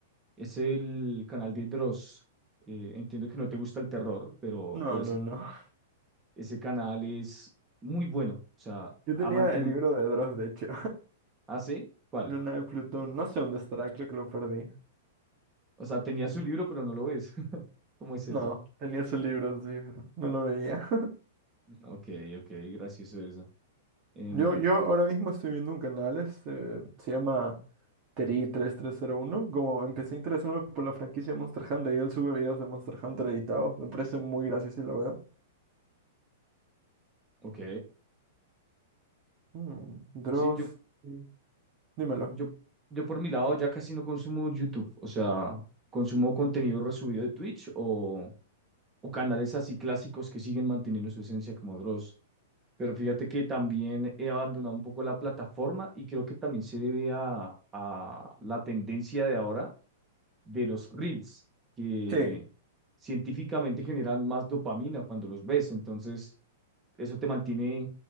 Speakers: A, on the right (about 20°); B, on the right (about 40°).
A: Es el canal de Dross. Eh, entiendo que no te gusta el terror, pero,
B: No,
A: pero
B: no,
A: ese,
B: no.
A: ese canal es muy bueno. O sea,
B: <laughs> Yo tenía
A: ha mantenido.
B: el libro de Dross, de hecho.
A: ¿Hace? ¿Cuál?
B: Luna de Plutón, no sé dónde estará, creo que lo perdí.
A: O sea, tenía su libro, pero no lo ves. <laughs> ¿Cómo es
B: No,
A: eso?
B: tenía su libro, sí, pero no lo veía.
A: Ok, ok, gracioso eso. Em,
B: Yo, yo ahora mismo estoy viendo un canal, este, se llama Teri 3301. Como empecé a interesarme por la franquicia Monster Hunter y él sube videos de Monster Hunter editados, me parece muy gracioso y lo veo.
A: ok,
B: Mm, Dross,
A: sí, yo,
B: sí, dímelo.
A: yo, yo por mi lado ya casi no consumo YouTube, o sea, consumo contenido resubido de Twitch o, o canales así clásicos que siguen manteniendo su esencia como Dross. Pero fíjate que también he abandonado un poco la plataforma y creo que también se debe a, a la tendencia de ahora de los reels, que
B: Sí,
A: científicamente generan más dopamina cuando los ves. Entonces, eso te mantiene